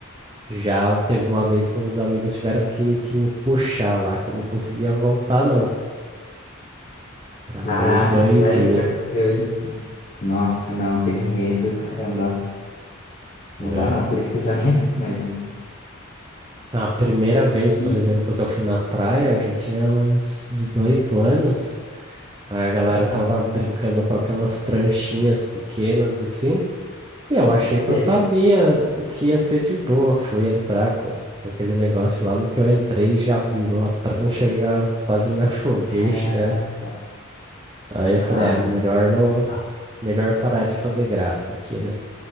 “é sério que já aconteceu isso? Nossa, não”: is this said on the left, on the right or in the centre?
Left